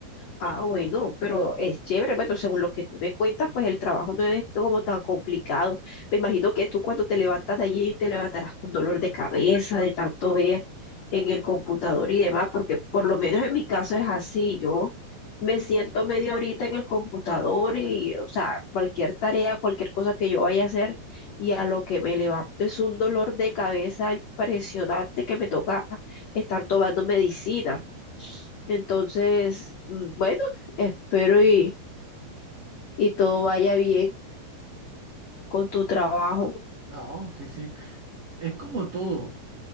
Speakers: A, on the left (about 70°); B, on the right (about 45°).
A: Ah, bueno, pero es chévere. Bueno, según lo que tú me cuentas, pues el trabajo no es como tan complicado. Me imagino que tú cuando te levantas de allí te levantarás con dolor de cabeza, de tanto ver en el computador y demás, porque por lo menos en mi caso es así. Yo me siento media horita en el computador y, o sea, cualquier tarea, cualquier cosa que yo vaya a hacer y a lo que me levanto es un dolor de cabeza impresionante que me toca estar tomando medicina. Entonces, mm, bueno, espero y, y todo vaya bien con tu trabajo.
B: No, sí, sí. Es como todo.